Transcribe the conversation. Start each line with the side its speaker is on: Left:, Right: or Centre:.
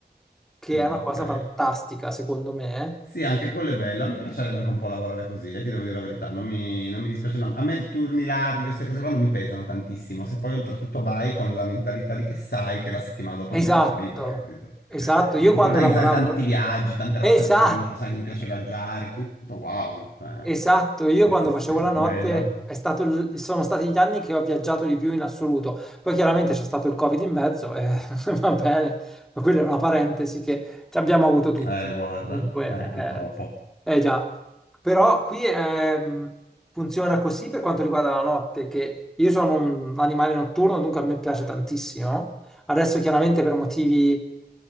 Centre: che
Left: Ah,
Centre: è una
Left: ok.
Centre: cosa fantastica secondo me.
Left: Sì, anche quello è bello. A me piacerebbe anche un po' lavorare così, eh, ti devo dire la verità. Non mi, non mi dispiace. no. A me il turnilario, queste cose qua non mi pesano tantissimo. Se poi oltretutto vai con la mentalità di che sai che la settimana dopo
Centre: Esatto,
Left: c'è tutta libera, capito?
Centre: esatto.
Left: <laughs>
Centre: Io
Left: Tipo
Centre: quando
Left: organizzare
Centre: lavoravo...
Left: tanti viaggi, tante cose.
Centre: Esatto.
Left: Sempre se sei una persona che ti piace viaggiare, tutto wow. Cioè,
Centre: Esatto, io
Left: sì,
Centre: quando
Left: sì,
Centre: facevo
Left: sì,
Centre: la notte
Left: bello.
Centre: è stato il- sono stati gli anni che ho viaggiato di più in assoluto. Poi chiaramente c'è stato il Covid in mezzo e <laughs> va bene, ma quella è una parentesi che ci abbiamo avuto tutti.
Left: Eh, guarda,
Centre: Dunque,
Left: eh, purtroppo.
Centre: eh, eh già, però qui ehm, funziona così per quanto riguarda la notte, che io sono un animale notturno, dunque a me piace tantissimo. Adesso chiaramente per motivi